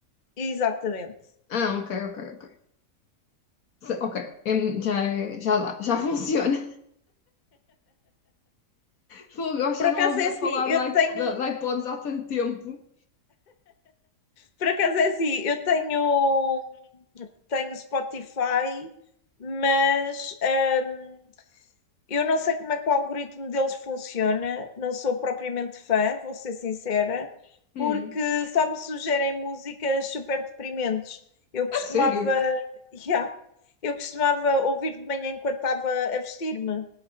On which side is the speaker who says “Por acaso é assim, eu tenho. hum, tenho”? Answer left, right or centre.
Left